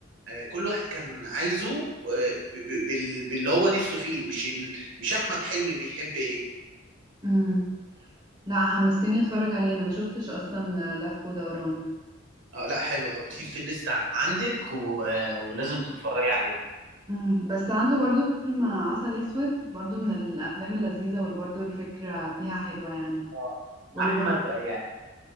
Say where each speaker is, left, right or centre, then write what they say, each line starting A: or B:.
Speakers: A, on the right (about 65°); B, on the right (about 20°).
A: آه، كل واحد كان عايزه آه، ب- ب- بال- باللي هو نفسه فيه مش ال... مش أحمد حلمي بيحب إيه
B: امم لا حمستني اتفرج عليه انا ما شفتش اصلا آه، لف ودوران
A: اه لا حلو حطيه في الليست عندك و... ولازم تتفرجي عليه
B: امم بس عنده برضو فيلم عسل اسود برضو من الافلام اللذيذة واللي برضو الفكرة فيها حلوة يعني
A: اه
B: والغربة
A: احمد آه، يعني